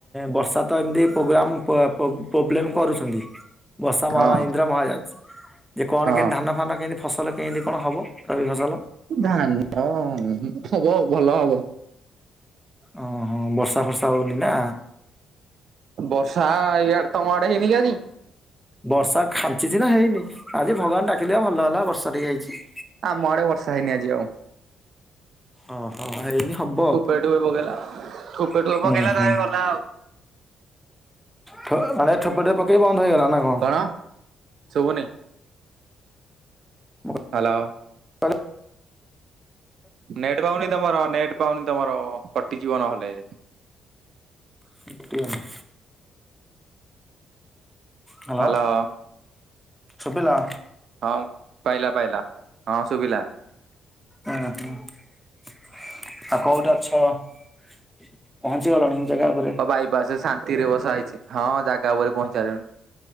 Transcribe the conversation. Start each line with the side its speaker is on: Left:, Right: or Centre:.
Centre: ବର୍ଷାତ୍। ତ ଏମିତି ପୋଗ୍ରାମ ପ-ପବ୍ ପୋବ୍ଲେମ କରୁଛନ୍ତି। ବର୍ଷା
Right: ହଁ
Centre: ମମା ଇନ୍ଦ୍ର ମହାରାଜ। ଇଏ କଣ
Right: ହଁ
Centre: କେମିତି ଧାନ ଫାନ କେମିତି ଫସଲ କେମିତି କଣ ହବ ରବି ଫସଲ?
Right: ଧାନ ହଁ ହବ ଭଲ ହବ।
Centre: ଅଁ ହଁ ବର୍ଷା ଫର୍ସା ହଉନିନା।
Right: ବର୍ଷା ଇଆଡେ ତମ ଆଡେ ହେଇନି କି ଆଜି?
Centre: ବର୍ଷା ଖାଞ୍ଚିଚି ନା ହେଇନି ଆଜି ଭଗବାନକୁ ଡାକିଲି ବା ଭଲ ହେଲା ବର୍ଷା ଟିକେ ହେଇଚି।
Right: ଆମ ଆଡେ ବର୍ଷା ହେଇନି ଆଜି ଆଉ।
Centre: ଓ ହୋ ହେଇନି ହବ୍।
Right: ଠୁପେ ଠୁପେ ପକେଇଲା। ଠୁପେ ଠୁପେ
Centre: ହୁଁ
Right: ପକେଇଲା
Centre: ହୁଁ।
Right: ତା ହେଲେ ଗଲା ଆଉ।
Centre: ଠୋ ମାନେ ଠୋପେ ଠୋପେ ପକେଇ ବନ୍ଦ ହୋଇଗଲା ନା କଣ?
Right: କଣ? ଶୁଭୁନି।
Centre: ମଁ <unintelligible>
Right: ହାଲୋ।
Centre: <unintelligible>
Right: ନେଟ୍ ପାଉନି ତମର ନେଟ୍ ପାଉନି ତମର କଟିଯିବ ନହେଲେ।
Centre: କଟିବନି।
Right: ହ୍ୟାଲୋ
Centre: ହାଲୋ ଶୁବିଲା।
Right: ହଁ ପାଇଲା ପାଇଲା ହଁ ଶୁବିଲା।
Centre: ଉଁ ହୁଁ ଆଉ କୋଉଠି ଅଛ। ପହଞ୍ଚିଗଲଣି ଜାଗା ଉପରେ।
Right: ବାଇ ପାସେ ଶାନ୍। ନ୍ତିରେ ବସା ହେଇଛି। ହଁ ଜାଗା ଉପରେ ପହଞ୍ଚିସାରିଲାଣି।